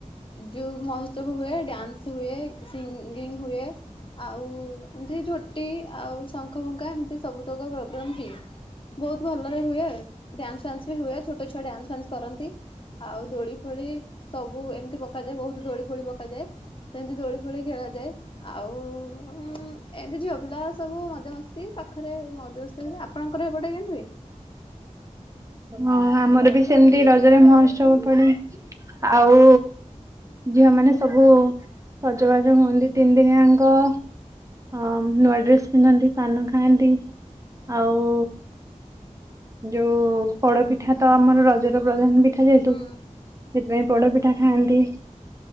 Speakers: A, on the left (about 40°); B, on the right (about 25°).
A: ଯୋଉ ମହୋତ୍ସବ ହୁଏ ଡ୍ୟାନ୍ସ ହୁଏ ସିଙ୍ଗିଙ୍ଗ ହୁଏ ଆ ଆଉ ଏମିତି ଝୋଟି ଆଉ ଶଙ୍ଖ ଫୁଙ୍କା ଏମିତି ସବୁ ତକ ପ ପ୍ରୋଗରାମ ହୁଏ ବହୁତ ଭଲରେ ହୁଏ ଡ୍ୟାନ୍ସ ଫ୍ୟାନ୍ସ ବି ହୁଏ ଛୋଟ ଛୁଆ ଡ୍ୟାନ୍ସ ଫ୍ୟାନ୍ସ କରନ୍ତି। ଆଉ ଦୋଳି ଫୋଳି ସବ୍ ବୁ ଏମିତି ପକାଯାଏ। ବହୁତୁ ଦୋଳି ଫୋଳି ପକାଯାଏ। ସେମିତି ଦୋଳି ଫୋଳି ଖେଳାଯାଏ। ଆଉ
B: <unintelligible>
A: ଏମତି ଝିଅ ପିଲା ସବୁ ମଜା ମସ୍ତି ପାଖରେ ମଜାସ୍ତି ଆପଣଙ୍କର ଏପଟେ କେମତି ହୁଏ?
B: ହଁ ଆମର ବି ସେମତି ରଜରେ ମହୋତ୍ସବ ପଡେ। ଆଉ ଝିଅମାନେ ସବୁ ସଜବାଜ ହୁଅନ୍ତି ତିନି ଦିନିୟାଙ୍କ। ଅ ନୂଆ ଡ୍ରେସ ପିନ୍ଧନ୍ତି। ପାନ ଖାଆନ୍ତି। ଆଉ ଯୋଉ ପୋଡପିଠା ତ ଆମର ରଜର ପ୍ରଧାନ ବି। ପିଠା ଯେହେତୁ
A: ହୁଁ
B: ସେଥିପାଇଁ ପୋଡପିଠା ଖାଆନ୍ତି।